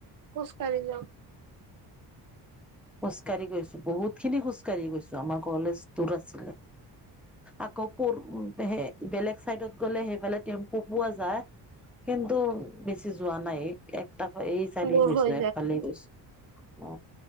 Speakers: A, on the right; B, in the centre.
A: খুচকাঢ়ি যও
B: খোজ ককাঢ়ি গৈছো বহুত খিনি খোজ কঢ়ি গৈছো আমাৰ কলেজ দূৰ আছিলে আকৌ পোৰ সে বেলেগ চাইডত গলে সেইফালে টেম্পু পোৱা যায় কিন্তু বেছি যোৱা নাই এক এই চাৰিয়
A: দূৰ
B: গৈছো
A: হৈ
B: এফালে গৈছো অ